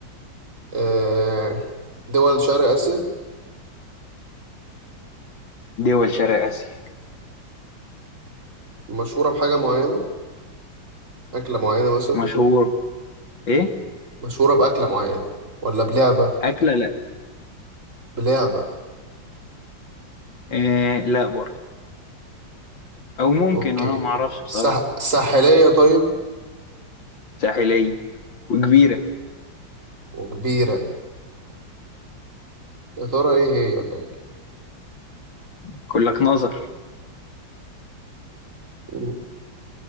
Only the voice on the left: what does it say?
دول شرق اسيا
مشهور ايه
اكله لا
إيه لا برضو او ممكن
وانا ما اعرفش بصراحة
ساحلية وكبيرة
يقول لك نظر